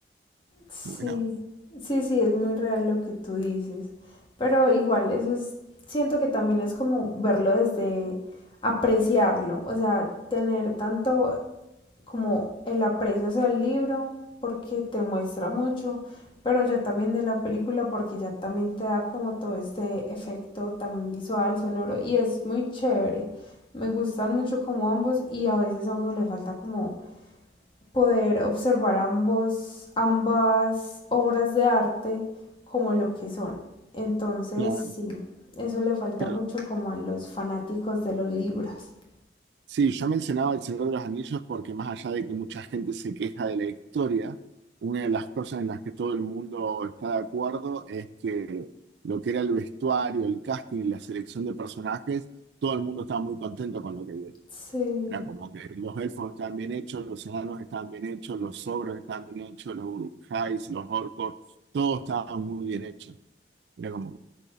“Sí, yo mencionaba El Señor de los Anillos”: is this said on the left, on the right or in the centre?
Right